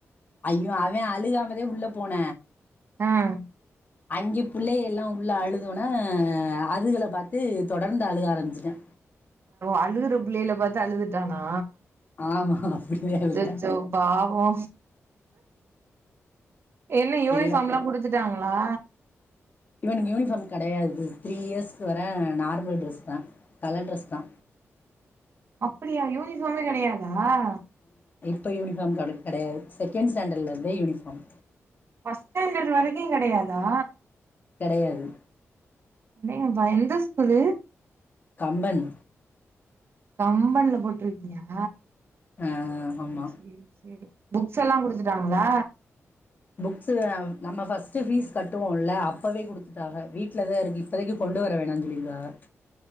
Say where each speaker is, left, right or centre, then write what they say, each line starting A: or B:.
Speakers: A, on the left; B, on the right.
A: ஐயோ அவன் அழுகாமத உள்ள போன
B: ஆஹ்
A: அங்கே பிள்ளைய எல்லா உள்ள அழுதொன்ன அதுகள பாத்து தொடர்ந்து அழுக ஆரம்பிச்சுட்டா
B: அழுகுற புள்ளையகல பாத்து அழுதுட்டானா
A: ஆமா அப்டிதா
B: அச்சச்சோ
A: அழுதே
B: பாவோ என்ன யூனிபார்ம்
A: இல்ல
B: எல்லா புடிச்சி க்காங்ளா
A: இவனுக்கு யூனிஃபார்ம் கெடையாது த்ரீ இயர்ஸ்க்கு வேர நார்மல் ட்ரெஸ்தா கலர் ட்ரெஸ்தா
B: அப்படியா யூனிஃபார்மே கெடையாதா ஆஹ்
A: ப்போயூனிபார்ம் கிடை கெடையாது செகண்ட்ஸ்டாண்டர்லருந்துதா யூனிஃபார்ம்
B: பஸ்ட் ஸ்டாண்டர்ட் வரைக்கு கெடையாதா
A: கிடையாது
B: என் வயந்த ஸ்கூலு
A: கம்பன்
B: கம்பன்ல போட்டுருக்கீயா
A: ஆ ஆமா
B: சேரி சேரி புக்ஸ் எல்லாம் குடுத்துட்டாங்கலா
A: புக்ஸ் நம்ம ஃர்ஸ்ட் ஃபீஸ் கட்டுவோம்ல்ல அப்பவே குடுத்துட்டாங்க வீட்லதான் இருக்கு இப்பதைக்கு கொண்டு வர வேணாம்னு சொல்லிருக்காங்க